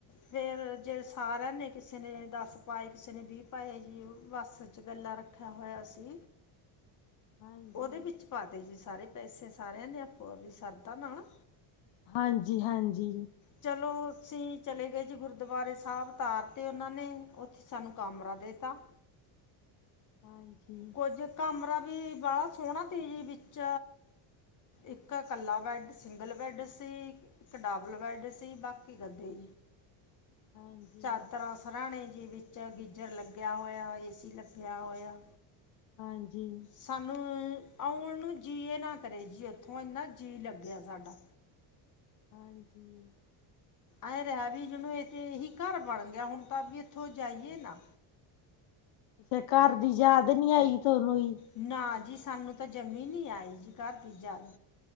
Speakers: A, on the left; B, on the left.
A: ਫੇਰ ਜੇ ਸਾਰਿਆ ਨੇ ਕਿਸੇ ਦੱਸ ਪਾਏ, ਕਿਸੇ ਨੇ ਵੀਹ ਪਾਏ ਜੀ, ਬੱਸ ਚ ਗੱਲਾ ਰਖ <unintelligible> ਹੋਇਆ ਸੀ।
B: ਹਾਂਜੀ।
A: ਓਦੇ ਵਿੱਚ ਪਾਤੇ ਜੀ ਸਾਰੇ ਪੈਸੇ, ਸਾਰਿਆਂ ਨੇ ਆਪੋ ਆਵਦੀ ਸਰਧਾ ਨਾਲ।
B: ਹਾਂਜੀ, ਹਾਂਜੀ।
A: ਚਲੋ, ਅਸੀਂ ਚਲੇ ਗਏ ਜੀ। ਗੁਰਦੁਆਰੇ ਸਾਹਿਬ ਤਾਰ ਤੇ ਓਨਾਂ ਨੇ ਉੱਥੇ ਸਾਨੂੰ ਕਮਰਾ ਦੇਤਾ।
B: ਹਾਂਜੀ,
A: ਕੁਝ ਕਾਮਰਾ ਵੀ ਬਾਲਾ ਸੋਣਾ ਤੀ ਵੀ ਵਿੱਚ ਇੱਕ ਕੱਲਾ ਬੈਡ, ਸਿੰਗਲ ਬੈੱਡ ਸੀ। ਇੱਕ ਡਾਬਲ ਬੈੱਡ ਸੀ ਬਾਕੀ ਗੱਦੇ
B: ਹਾਂਜੀ,
A: ਚਾਦਰਾਂ ਸਰਾਣੇ ਜੀ ਵਿੱਚ ਗੀਜ਼ਰ ਲੱਗਿਆ ਹੋਇਆ, ਏ ਸੀ ਲੱਗਿਆ ਹੋਇਆ।
B: ਹਾਂਜੀ।
A: ਸਾਨੂੰ ਆਉਣ ਨੂੰ ਜੀਅ ਨਾ ਕਰੇ ਜੀ। ਉੱਥੋਂ ਇੰਨਾ ਜੀਅ ਲੱਗਿਆ ਸਾਡਾ।
B: ਹਾਂਜੀ।
A: ਐਂ ਰਿਹਾ ਵੀ ਜਿਨੂੰ ਇਹ ਤੇ ਇਹੀ ਘਰ ਬਣ ਗਿਆ, ਹੁਣ ਤਾਂ ਵੀ ਇੱਥੋਂ ਜਾਈਏ ਨਾ।
B: ਫੇਰ ਘਰ ਦੀ ਯਾਦ ਨੀ ਆਈ ਥੋਨੂੰ ਜੀ।
A: ਨਾ ਜੀ, ਸਾਨੂੰ ਤਾਂ ਜ਼ਮੀ ਨੀ ਆਈ ਜੀ ਘਰ ਦੀ ਯਾਦ।